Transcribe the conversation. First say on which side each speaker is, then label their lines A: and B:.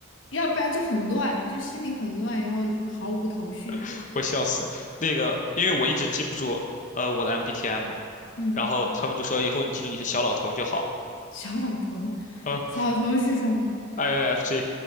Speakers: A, on the left; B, on the left.
A: 要不然就很乱，就心里很乱，然后毫无头绪。
B: <laughs> 我笑死。那个，因为我一直记不住，呃，我的 MBTI 嘛。
A: 嗯。
B: 然后他们就说以后你记住你是小老头就好了。
A: 小老头，
B: 嗯
A: 小老头是什么？
B: ，INFJ